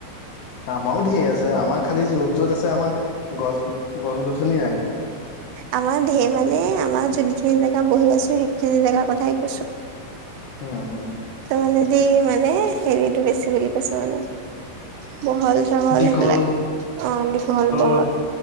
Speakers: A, on the left (about 65°); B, on the right (about 85°).
A: আমাৰও ঢেৰ আছে আমাৰ খালি য'ত য'ত আছে আমাৰ গছ গছ গছনি নাই
B: আমাৰ ধেৰ মানে আমাৰ যোনখিনি জেগা বহি আছো সেইখিনি জেগাৰ কথাই কৈছো।
A: উম উম
B: তাৰ মানে দি মানে হেৰিটো বেছি বুলি কৈছো মানে। বহল-চহল
A: দীঘল
B: হই পেলাই, অ দীঘল-বহল।
A: অ